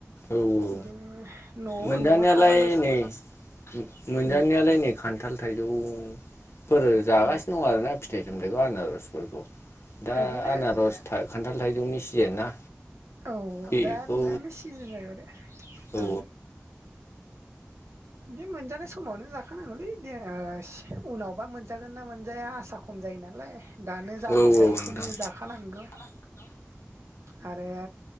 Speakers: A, on the left; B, on the right.
A: औ औ
B: बिदिनो। न'आव
A: मोनजानायालाय
B: न'आव थाबाल'सो
A: नै मो मोनजानायालाय
B: उम
A: नै खान्थाल थाइजौफोर जागासिनो
B: औ
A: दं आरोना फिथाइ सामथाइखौ आनारसफोरखौ। दा
B: बिदिनो
A: आनारस था खान्थाल थाइजौनि सिजेन ना?
B: औ
A: बेखौ
B: दा बेनिनो सिजोन जाबाय आरो
A: औ
B: ओं। बिदि मोनजानाय समावनो जाखानांगौलै दे ओ उनावबा मोनजागोन ना मोनजाया आसा खम जायो नालाय दानो जा
A: औ
B: मोनजायो
A: औ नोंथां
B: इखौनो जाखानांगौ। आरो